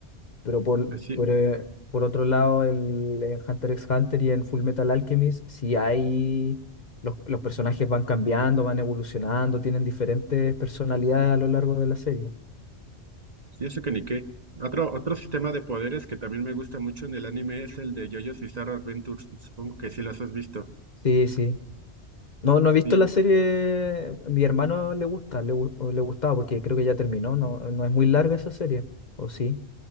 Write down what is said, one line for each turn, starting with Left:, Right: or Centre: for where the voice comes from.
Left: Pero por,
Right: Así,
Left: por, eh, por otro lado, el, en Hunter x Hunter y en Full Metal Alchemist, si hay. Los, los personajes van cambiando, van evolucionando, tienen diferentes personalidades a lo largo de la serie.
Right: Y eso que ni qué. Otro, otro sistema de poderes que también me gusta mucho en el anime es el de JoJo's Bizarre Adventures. Supongo que sí las has visto.
Left: Sí, sí. No, no he visto
Right: Y,
Left: la serie. Mi hermano le gusta, le, gu- le gustaba porque creo que ya terminó. No, no es muy larga esa serie. ¿O sí?